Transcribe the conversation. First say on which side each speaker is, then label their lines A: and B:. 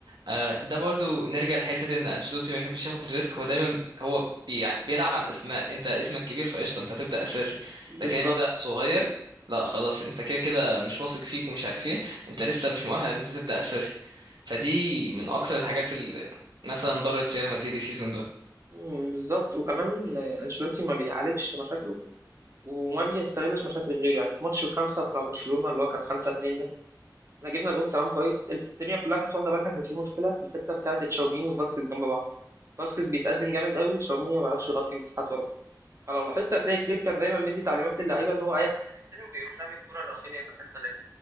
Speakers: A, on the right; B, on the right.
A: آه، ده برضو نرجع لحتة ان انشيلوتي ما بيحبش ياخد الريسك هو دايما هو بي يعني بيلعب على الاسماء انت اسمك كبير فقشطة انت هتبدأ اساسي لكن
B: بالظبط
A: انت صغير لا خلاص انت كده كده مش واثق فيك ومش عارف ايه انت لسه مش مؤهل ان انت تبدأ اساسي فدي من اكتر الحاجات اللي مثلا ضرت ريال مدريد السيزون ده
B: مم، بالظبط وكمان آه، انشيلوتي ما بيعالجش مشاكله وما بيستغلش مشاكل غيره يعني في ماتش الخمسه بتاع برشلونه اللي هو كان 5 2 ده احنا جبنا جون تمام كويس الدنيا كلها كانت واخده بالها ان في مشكله في الحته بتاعه تشاوميني وفاسكيز جنب بعض فاسكيز بيتقدم جامد قوي تشاوميني ما بيعرفش يغطي مساحات وراه فلو لاحظت هتلاقي فليك كان دايما مدي تعليمات للعيبه ان هو اي حد بيستلم بيروح رامي الكوره لرافينيا في الحته اللي